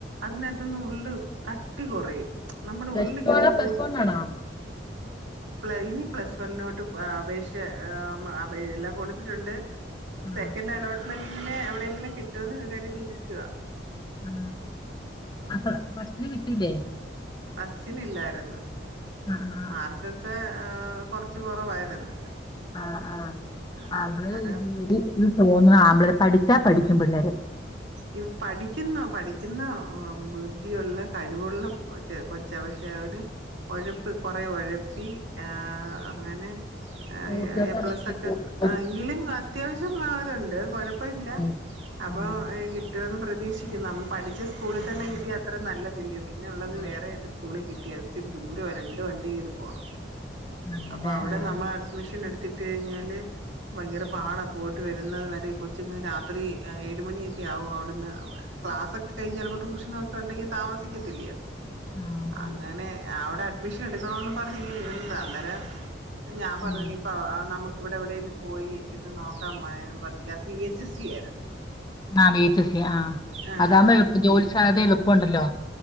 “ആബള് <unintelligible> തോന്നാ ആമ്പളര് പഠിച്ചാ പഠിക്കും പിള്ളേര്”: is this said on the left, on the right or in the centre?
Left